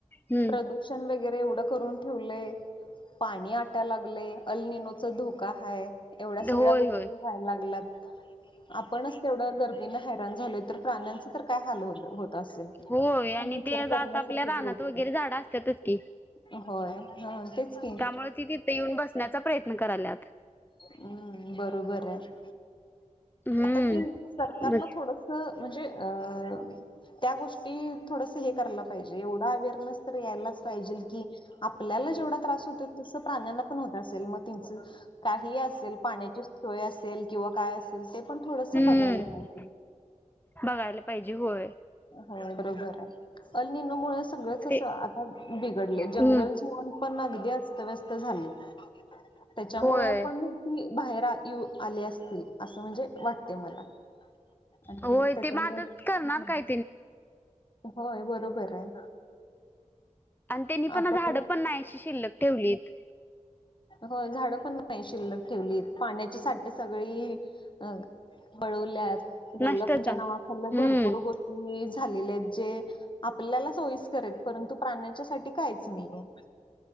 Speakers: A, on the left; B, on the left.
A: हम्म
B: प्रदूषण वेग वगैरे एवढं करून ठेवले पाणी आटाय लागलेय अल्निनोचा धोका ह एवढ्या सगळ्या
A: होय
B: गोष्टी
A: होय
B: व्हायला लागलात आपणच तेवढं गरमीन घाण झाल तर प्राण्यांच तर काय हाल होत होत असेल ही
A: होय आणि
B: पण विचार
A: ते आता
B: करण्यासारखीच
A: आपल्या रानात
B: गोष्ट
A: वगैरे झाड असतातच की
B: आहे होय हा तेच की
A: त्यामुळे तिथे येऊन बसण्याचा प्रयत्न करायलात
B: हम् बरोबर आहे
A: हम्म
B: आता ते सरकारला
A: मग
B: थोडस म्हणजे अ ह त्या गोष्टी थोडस हे करायला पाहिजे एवढ अवरनेस यायलाच पाहिजे की आपल्या तेवढा त्रास होतोय तस प्राण्याला पण होत असेल म तंचं ही असेल पाण्याची सोय असेल किंवा काय असेल ते. पण थोडस
A: हम्म
B: बघायला पाहिजे.
A: बघायला पाहिजे होय.
B: हो बरोबर आहे अल् निनो मु सगळंच
A: ते
B: अस आता बिघडलेय जंगल
A: हम्म
B: जीवन पण अगदी असतव्यस्त झाली त्याच्यामुळ
A: होय
B: पण ती बाहेर आले असतील असं म्हणजे वाटते मला आणि
A: होय
B: त्याच्यामुळे
A: ते मदत करणार काही
B: होय बरोबर आहे.
A: आणि त्यांनी पण
B: आपण
A: झाडं पण नाही अशी शिल्लक ठेवलीत.
B: हो झाड पण नाही शिल्लक ठेवलीत. पाण्याची साठ सगळी अं. पळवल्या डेव्हलपच्या
A: नष्टच आहे
B: नावाखाल
A: हम्म
B: भरपूर गोष्टी झालेले आहेत. जे आपल्याला. <inaudible> परंतु प्राण्याच्यासाठी काहीच नाहीआय